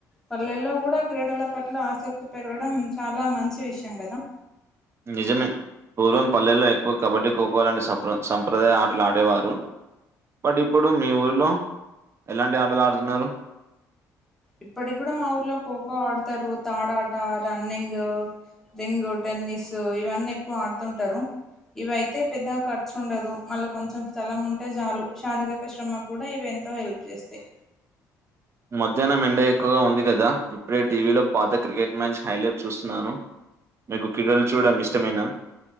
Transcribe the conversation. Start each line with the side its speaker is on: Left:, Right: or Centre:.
Centre: పల్లెల్లో కూడా క్రీడల పట్ల ఆసక్తి పెరగడం చాలా మంచి విషయం కదా
Right: నిజమే పూర్వం పల్లెల్లో ఎక్కువ కబడ్డీ ఖోఖో లాంటి సప్ర సంప్రదాయ ఆటలు ఆడేవారు బట్ ఇప్పుడు మీ ఊర్లో ఎలాంటి ఆటలు ఆడుతున్నారు
Centre: ఇప్పటికూడా మా ఊర్లో ఖోఖో ఆడతారు తాడాట రన్నింగ్ రింగు టెన్నిసు ఇవన్నీ ఎక్కువ ఆడుతుంటారు ఇవైతే పెద్దగా ఖర్చు ఉండదు మళ్ళ కొంచెం స్థలం ఉంటే చాలు శారీరక శ్రమ కూడా ఈవెం తో హెల్ప్ చేస్తాయ్
Right: మధ్యాహ్నం ఎండ ఎక్కువగా ఉంది కదా ఇప్పుడే టీవీలో పాత క్రికెట్ మ్యాచ్ హైలైట్ చూస్తున్నాను మీకు క్రీడలు చూడం ఇష్టమైన